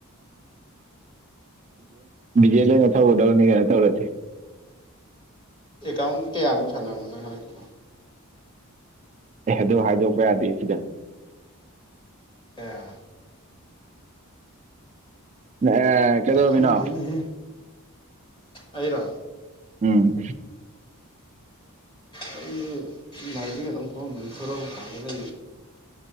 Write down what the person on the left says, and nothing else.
ꯑꯦꯀꯥꯎꯟ ꯀꯌꯥꯃꯨꯛ ꯁꯥꯟꯔꯔꯕꯣ ꯅꯪ ꯍꯗꯛꯣ
<unintelligible> <inaudible>
ꯈꯪꯗꯦꯅꯦꯍꯦ ꯑꯩꯔꯣ
ꯑꯩꯁ ꯂꯥꯏꯕꯔꯤ ꯑꯗꯨꯪ ꯊꯣꯛꯝꯕꯅꯤ ꯊꯣꯔꯛꯑ ꯀꯥꯟꯗ